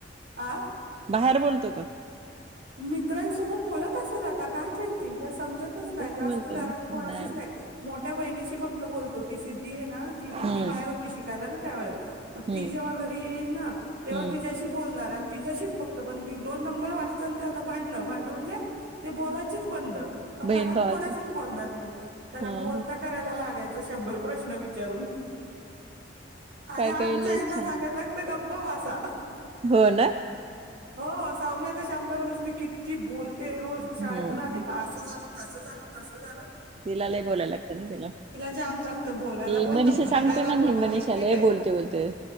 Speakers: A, on the right; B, on the right.
A: आं
B: बाहेर बोलतो का
A: मित्रांसोबत बोलत असेल आता, काय माहिती काय समजत तच नाय,
B: तेच
A: जास्त
B: म्हणते
A: घरात
B: मी
A: कोणाशीच
B: नाही
A: नाय, मोठ्या बहिणीची फक्त बोलतो. ती सिद्धी हे ना ती
B: हम्म
A: बाहेर होती शिकायला ना त्यावेेळेस, मग
B: हम्म
A: ती जेव्हा घरी येईल ना तेव्हा
B: हम्म
A: तिज्याशी बोलणार आणि तिज्याशीच फक्त, पण ती दोन नंबर वाली आणि त्याज भांडण, भांड म्हणजे ते बोलायचेच बंद,
B: बहीण
A: घरात
B: भावाच्या
A: कोणाशीच बोलणार नाही त्याला
B: हा
A: बोलता
B: हा
A: करायला लागयच शंभर प्रश्न विच विचारून आणि
B: काय
A: आमच्या
B: काय लय
A: यांना
B: छान
A: सांगायला लागतं गप्प बसा.
B: हो ना
A: हो सौम्य तर शंभर नुस ती किती बोलते रोज, शाळेतून
B: हम्म
A: आली असं झालं, तस झालं, तस झालं
B: तिला लय बोलायला लागत ना तिला,
A: जाम लागतं बोलायला
B: ती
A: पण
B: मनीषा
A: भांडायला
B: सांगते ना
A: पण
B: मी,
A: ऐकते
B: मनीषाला
A: काय
B: लय बोलते बोलते.